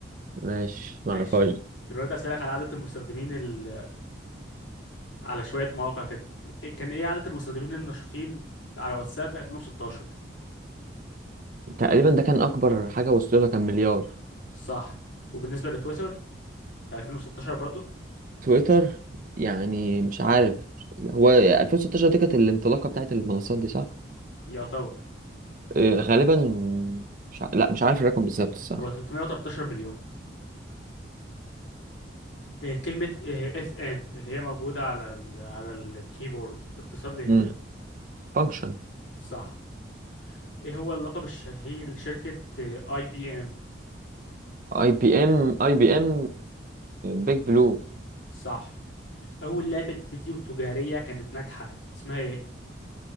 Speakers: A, on the right; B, on the left.
A: ماشي
B: ماشي
A: معرفهاش
B: دلوقتي أسألك على عدد المستخدمين ال... على شوية مواقع كده كان إيه عدد المستخدمين النشطين في- على واتساب في 2016
A: تقريبا ده كان أكبر حاجة وصل لها كان مليار
B: صح وبالنسبة لتويتر في 2016 برضو
A: تويتر يعني مش عارف هو 2016 دي كانت الانطلاقة بتاعت المنصات دي صح؟
B: يعتبر
A: أه غالبا مش ع... لا مش عارف الرقم بالظبط الصراحة
B: هو 313 مليون إيه كلمة آه، اف ان اللي هي موجودة على ال... على الكيبورد اختصار لإيه
A: مم. فانكشن
B: صح إيه هو اللقب الشهير لشركة اي بي ام
A: اي بي ام اي بي ام بيج بلو
B: صح أول لعبة فيديو تجارية كانت ناجحة اسمها إيه